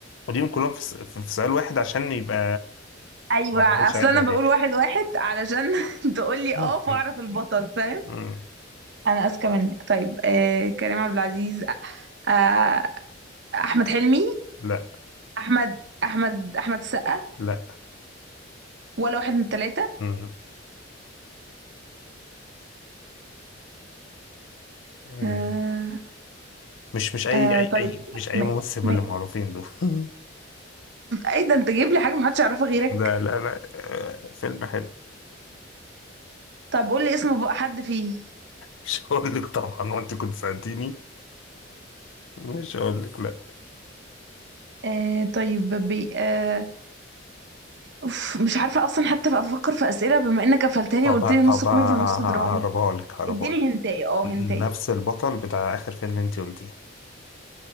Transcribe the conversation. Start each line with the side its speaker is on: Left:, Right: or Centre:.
Left: خليهم كلهم في س- في سؤال واحد عشان يبقى
Right: ايوه
Left: ما افضلش
Right: اصل
Left: اعد
Right: انا
Left: عليك
Right: بقول واحد واحد علشان <laughs> تقول لي
Left: مم.
Right: اه فاعرف البطل فاهم
Left: مم.
Right: انا اذكى منك طيب آه كريم عبد العزيز آه احمد حلمي
Left: لا
Right: احمد احمد احمد السقا
Left: لا
Right: ولا واحد من الثلاثه
Left: مم. مم.
Right: آه
Left: مش مش اي
Right: آه
Left: اي
Right: طيب
Left: اي مش اي
Right: م...
Left: ممثل من
Right: م...
Left: اللي معروفين دول <laughs>
Right: ايه ده انت جايب لي حاجه محدش يعرفها غيرك
Left: لا لا لا آه، فيلم حلو
Right: طب قول لي اسم بقى حد فيه
Left: مش هقول لك طبعا وانت كنت سألتيني مش هقول لك لا
Right: آه طيب بي آه أوف مش عارفه اصلا حتى افكر في اسئله بما انك قفلتها لي
Left: طب
Right: وقلت
Left: ه-
Right: لي نص
Left: طب
Right: كوميدي
Left: ه-
Right: ونص دراما
Left: هقربها لك هقربها
Right: اديني
Left: لك
Right: هنتايه اه هنتايه
Left: نفس البطل بتاع اخر فيلم انت قلتيه